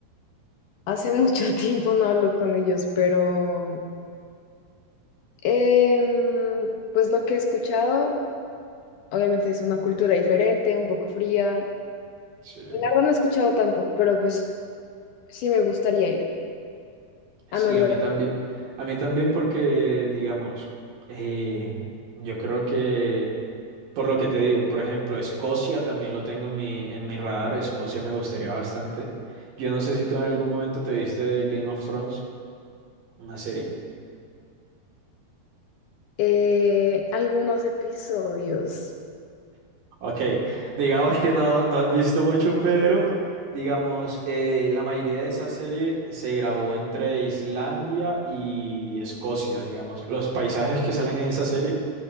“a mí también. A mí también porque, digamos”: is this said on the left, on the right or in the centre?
Right